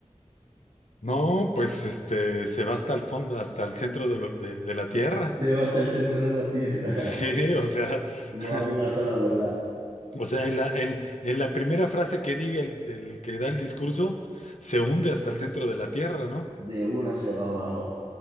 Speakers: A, on the left (about 75°); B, on the right (about 60°).
A: No, pues este se va hasta el fondo, hasta el centro de, lo- de- de la Tierra.
B: Lleva
A: <laughs>
B: hasta el centro de la tierra.
A: Sí,
B: <laughs>
A: o sea,
B: No
A: <laughs>
B: hay una sola verdad.
A: O sea, en la, en, en la primera frase que diga el, el que da el discurso, se hunde hasta el centro de la tierra, ¿no?
B: De una se va abajo.